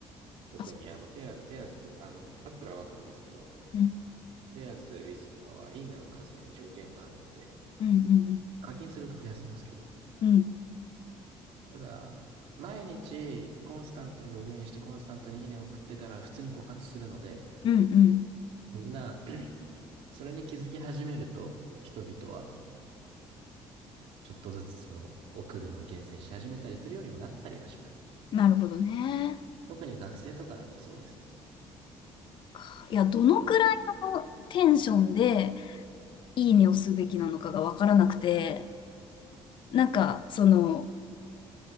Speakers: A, on the right; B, on the left.
A: 特にあのペア、
B: あ、そ
A: ペアーズとか、あの、タップラはわかんないですけど、
B: ううん、
A: ペアーズ、ウィズとかはいいねの数に条件があるので、
B: うん、
A: 課金すると増やせますけど、
B: うん、うん、
A: ただ、毎日コンスタントにログインしてコンスタントにいいねを送ってたら普通に枯渇するので、
B: うん、うんうん
A: な、それに気づき始めると、人々はちょっとずつその送るのを厳選し始めたりするようにもなったりはします。
B: なるほどね。
A: 特に学生とかだとそうですね。
B: かいや、どのくらいのテンションで、いいねをすべきなのかがわからなくて、なんか、その、